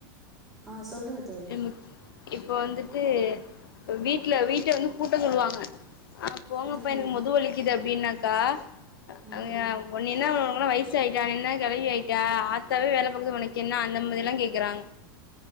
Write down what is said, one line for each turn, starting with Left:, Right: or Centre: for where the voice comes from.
Centre: ஆ சொல்லுங்க தோழி
Left: என்னும் இப்போ வந்துட்டு வீட்டுல வீட்டு வந்து கூட்ட சொல்லுவாங்க ஆஹ் போங்கப்பா
Centre: ம்
Left: எனக்கு முது வலிக்குது அப்படின்னா கா
Centre: ம்
Left: அ எ ஒண்ணுன்னியாவ் போல வயசு ஆயிட்டான் நின்ன கிழவி ஆயிட்டா ஆத்தாவே வேலை பாக்குது உனக்கு என்ன அந்த மாதிரல்லா கேக்குறாங்